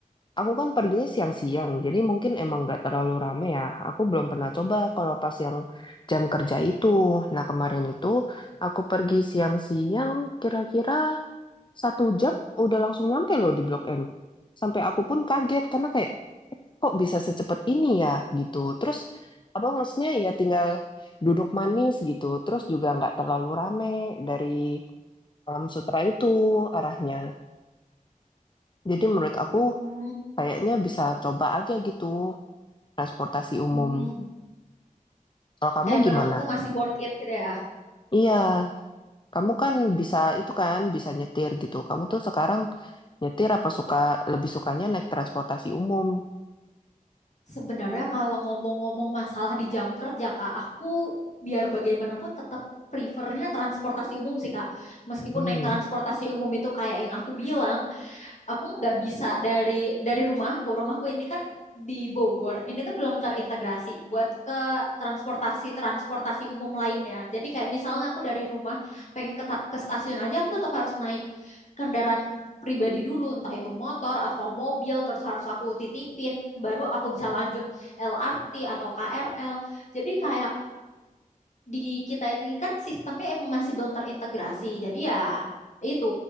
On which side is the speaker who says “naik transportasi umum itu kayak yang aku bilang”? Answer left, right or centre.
Left